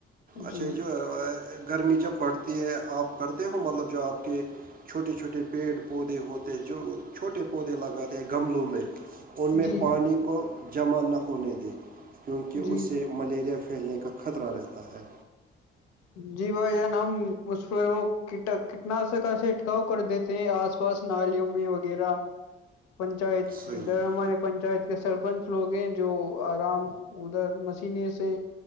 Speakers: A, on the left (about 60°); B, on the right (about 30°).
A: جی
B: اچھا یہ جو ہے گرمی جب پڑتی ہے آپ کرتے ہو مطلب جو آپ کے چھوٹے چھوٹے پیڑ پودے ہوتے ہیں جو چھوٹے پودے لگاتے ہیں گملوں میں ان میں
A: جی
B: پانی کو جمع نہ ہونے دے کیونکہ
A: جی
B: اسے ملیریا پھیلنے کا خطرہ رہتا ہے
A: جی بھائی جان ہم اس پ وہ کٹ کٹنا سک سے اٹکاؤ کر دیتے ہیں آس پاس نالیوں میں وغیرہ پنچایت
B: صحیح
A: ادھر ہمارے پنچایت کے سرپنچ ک لوگ ہیں جو آرام ادھر مشنے سے